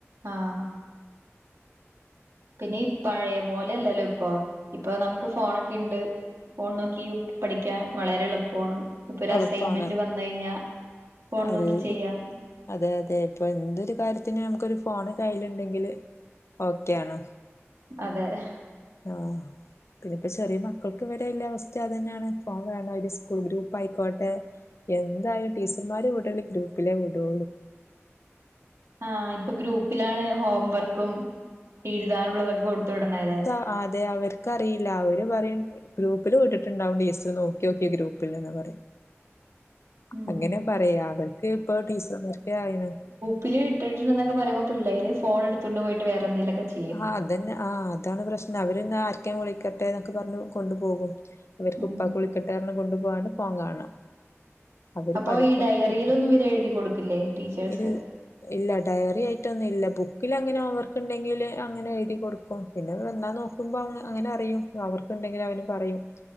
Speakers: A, on the right; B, on the left.
A: ആഹ് പിന്നെ പഴയ പോലല്ലല്ലോ പ്പൊ ഇപ്പോ നമുക്ക് ഫോണൊക്കെണ്ട് ഫോൺ നോക്കി പഠിക്കാൻ വളരെ ളുപ്പാണ് ഇപ്പൊരസൈൻമെന്റ്
B: എളുപ്പാണ്
A: വന്നയിഞ്ഞാൽ ഫോൺ
B: അത്
A: നോക്കി ചെയ്യാം
B: അതെ അതെ പ്പൊന്തൊരു കാര്യത്തിന് ന്നമ്ക്കൊരു ഫോണ് കയ്യിലുണ്ടെങ്കില് ഓക്കെ ആണ്
A: അതെ ഹ്
B: ആഹ് പ്നിപ്പോ ചെറിയ മക്കൾക്കും വരെ ല്ല വസ്ഥ അതന്നാണ് ഫോൺ കാരണം സ്കൂൾ ഗ്രൂപ്പ് പ്പയിക്കോട്ടെ എന്തായാലും ടീച്ചർമാരെ വിടണെ ഗ്രൂപ്പിലേ വിടൂ
A: ആഹ് ഇപ്പൊ ഗ്രൂപ്പിലാണ് ഹോം വർക്കും എഴുതാനുള്ളതൊക്കെ കൊടുത്ത് വിടണലെ
B: ആഹ് അതെ അവർക്കറിയില്ല അവര് പറയണ്ട് ഗ്രൂപ്പിൽ വിട്ടിട്ട്ണ്ടാകും ടീച്ചർ നോക്കിയോക്കി ഗ്രൂപ്പിലിന്ന് പറയും
A: ഉം
B: അങ്ങനെ പറയാ അവർക്ക്‌ പ്പൊ ടീച്ചർമാർക്കേയിണ്
A: പില് ഇട്ടിട്ട്ല്ലനൊക്കെ പറുമ്പോ പിള്ളേര് ഫോണെടുത്തൊണ്ട് പോയിട്ട് വേറെന്തങ്കിലൊക്കെ ച്ചെ
B: ആഹ് അതന്നെ ആഹ് അതാണ് പ്രശ്നം അവരെന്നെ ആർക്കെയും വിളിക്കട്ടെ എന്നൊക്കെ പറഞ്ഞു കൊണ്ടു പോകും അവർക്ക്
A: ഉം
B: ഉപ്പാക്ക് വിളിക്കട്ടെർഞ് കൊണ്ടു പോവാണ് ഫോൺ കാണാ അവര്
A: അപ്പൊ
B: പഠിക്കണ
A: ഈ ഡയറിയിലൊന്നും
B: ടൈ
A: ഇവരെ എഴുതി കൊടുക്കില്ലേ ടീച്ചേഴ്സ്
B: ഇൽ ഇല്ല ഡയറി ആയിട്ടൊന്നും ഇല്ല ബുക്കിൽ അങ്ങനെ ഹോംവർക്ക് ഉണ്ടെങ്കില് അങ്ങനെ എഴുതി കൊടുക്കും പിന്നെ എന്താ നോക്കുമ്പോ അങ്ങനെ അറിയും ഹോംവർക്ക് ഉണ്ടെങ്കിൽ അവനും പറയും